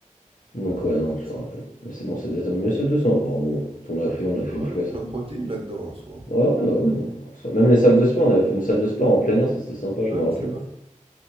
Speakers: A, on the left (about 80°); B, on the right (about 45°).
A: donc
B: Ouais, ouais,
A: ouais, non,
B: c'est
A: je me rappelle.
B: ça.
A: Mais c'est bon, c'est des... Mais c'est 200. Bon, bon, écoute, on l'a fait, on l'a
B: Il doit
A: fait
B: y
A: une
B: avoir
A: fois.
B: des-
A: c'est-
B: plein de protéines là-dedans en soi. hein.
A: Ouais, ouais, ouais, ouais, non, François. Même les salles de sport, on avait fait une salle de sport en plein air, ça c'était sympa, je
B: Ah
A: me rappelle.
B: oui, c'est vrai.